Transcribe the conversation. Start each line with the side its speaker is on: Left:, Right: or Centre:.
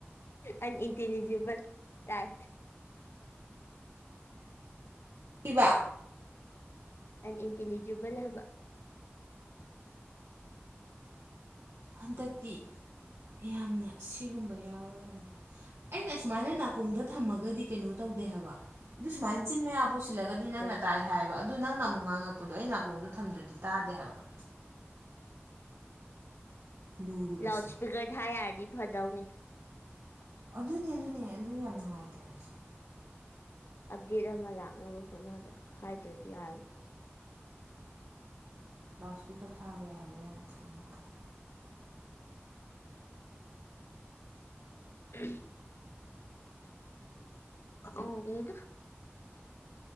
Left: ꯑꯟꯏꯟꯇꯦꯂꯤꯖꯤꯦꯕꯜ ꯇꯥꯏ
Right: ꯏꯕ
Left: ꯑꯟꯏꯟꯇꯦꯂꯤꯖꯤꯕꯜ ꯍꯥꯕ
Right: ꯍꯟꯗꯛꯇꯤ ꯌꯥꯝꯅ ꯁꯤꯒꯨꯝꯕ ꯌꯥꯎꯔꯒꯅꯤ ꯑꯩꯅ ꯑꯨꯃꯥꯏꯅ ꯅꯥꯀꯣꯡꯗ ꯊꯝꯃꯒꯗꯤ ꯀꯩꯅꯣ ꯇꯧꯗꯦ ꯍꯥꯏꯕ ꯑꯗꯨ ꯁꯨꯃꯥꯏꯅ ꯆꯤꯟ ꯃꯌꯥꯕꯨ ꯁꯤꯜꯂꯒꯗꯤ ꯅꯪꯅ
Left: ꯀꯩ
Right: ꯇꯥꯏ ꯍꯥꯏꯕ ꯑꯗꯨ ꯅꯪꯅ ꯑꯃꯨꯛ ꯉꯥꯡꯉꯛꯄꯗꯣ ꯑꯩ ꯅꯥꯀꯣꯡꯗꯣ ꯊꯝꯗ꯭ꯔꯗꯤ ꯇꯥꯗꯦ ꯍꯥꯏꯕ ꯂꯨꯔꯤꯕꯁꯦ
Left: ꯂꯥꯎꯠ ꯁꯄꯤꯀꯔꯗ ꯑꯔꯗꯤ ꯐꯗꯥꯧꯅꯤ
Right: ꯑꯗꯨꯅꯦ ꯑꯗꯨꯅꯦ ꯑꯗꯨ ꯌꯥꯝ ꯅꯨꯡꯉꯥꯏꯇꯦ ꯍꯥꯏꯕꯁꯦ
Left: ꯑꯞꯗꯦꯠ ꯑꯃ ꯂꯥꯛꯅꯕ ꯍꯣꯠ ꯍꯥꯏꯗ꯭ꯔꯗꯤ ꯌꯥꯔꯕꯣꯏꯥ
Right: ꯂꯥꯎꯁꯄꯦꯠꯇꯔ ꯊꯥꯕ ꯌꯥꯏꯍꯜꯂꯣ ꯌꯥꯝ ꯊꯨꯅ ꯀꯥꯏ
Left: ꯎ ꯑ ꯌꯦꯗ